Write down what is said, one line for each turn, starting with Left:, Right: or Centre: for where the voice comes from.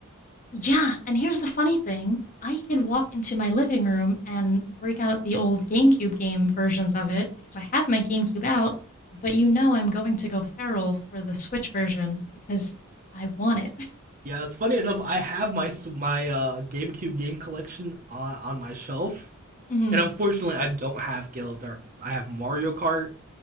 Left: Yeah. And here's the funny thing I can walk into my living room and break out the old GameCube game versions of it because I have my GameCube out, but you know I'm going to go feral for the Switch version because I want it.
Right: Yeah, it's funny enough, I have my my uh, GameCube game collection on, on my shelf
Left: <laughs> hmm
Right: And unfortunately, I don't have Gale of Darkness. I have Mario Kart,